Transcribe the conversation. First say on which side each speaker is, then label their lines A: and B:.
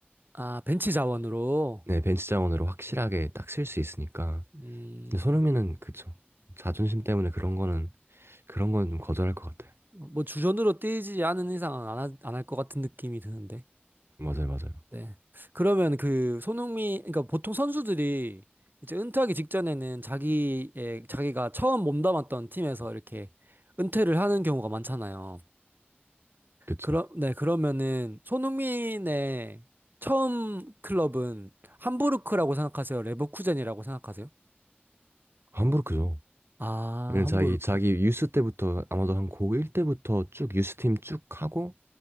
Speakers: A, on the right; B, on the right.
A: 아, 벤치 자원으로
B: 네 벤치 자원으로 확실하게 딱 쓸 수 있으니까
A: 음,
B: 근데 손흥민은 그쵸 자존심 때문에 그런 거는 그런 거는 좀 거절할 것 같아요
A: 뭐 주전으로 뛰지 않은 이상은 안, 할 것 같은 느낌이 드는데.
B: 맞아요 맞아요
A: 네. 그러면 그 손흥민 그러니까 보통 선수들이 이제 은퇴하기 직전에는 자기의 자기가 처음 몸담았던 팀에서 이렇게 은퇴를 하는 경우가 많잖아요.
B: 그쵸
A: 그러, 네, 그러면은 손흥민의 처음 클럽은 함부르크라고 생각하세요? 레버쿠젠이라고 생각하세요?
B: 함부르크죠
A: 아,
B: 왜냐면
A: 함부르크.
B: 자기 자기 유스 때부터 아마도 한 고1 때부터 쭉 유스팀 쭉 하고